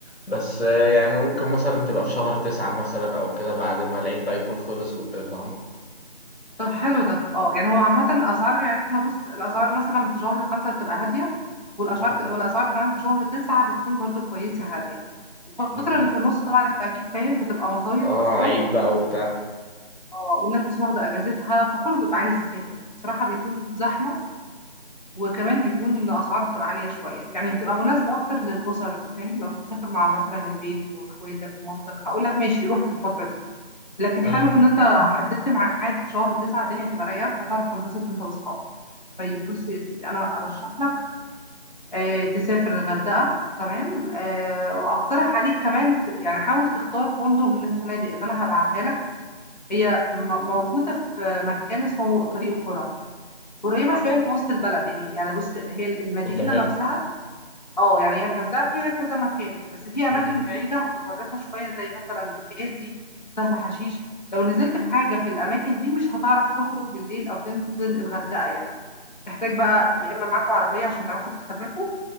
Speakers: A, on the left; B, on the left.
A: بس آه، يعني ممكن مثلا تبقى في شهر تسعة مثلا أو كده بعد ما العيد بقى يكون خلص وكده فاهمة؟
B: طب حلو ده اه يعني هو عامة الأسعار يعني احنا بص الأسعار مثلا في شهر خمسة بتبقى هادية والأسعار
A: مم.
B: ك... والأسعار كمان في شهر تسعة بتكون برضو كويسة هادية الفترة
A: مم.
B: اللي في النص طبعا انت أكيد فاهم بتبقى مصايف
A: اه
B: أصلا
A: عيد بقى وبتاع
B: اه والناس واخدة أجازتها فكله بيبقى عايز يسافر فبصراحة بيكون زحمة وكمان بيكون أسعار بتبقى عالية شوية يعني بتبقى مناسبة أكتر للأسر فاهم لو أنت مسافر مع مثلا البيت وأخواتك ومامتك هقول لك ماشي روح في الفترة دي لكن
A: مم.
B: حلو ان انت حددت ميعاد شهر تسعة الدنيا هتبقى رايقه فتعرف تنبسط انت واصحابك طيب بص يا سيدي انا ارشح لك آه تسافر الغردقه تمام آه واقترح عليك كمان ت- يعني حاول تختار فندق من الفنادق اللي انا هبعتها لك هي م- موجوده في مكان اسمه طريق قرى قريبه شويه من وسط البلد يعني يعني بص هي المدينه
A: طب ده حلو
B: نفسها اه يعني هي الغردقة فيها كذا مكان بس في أماكن
A: مم.
B: بعيدة متطرفة شوية زي مثلا مكادي سهل حشيش لو نزلت في حاجة في الأماكن دي مش هتعرف تخرج بالليل أو تنزل الغردقة يعني تحتاج
A: مم.
B: بقى يا إما معاكوا عربية عشان تعرفوا تتحركوا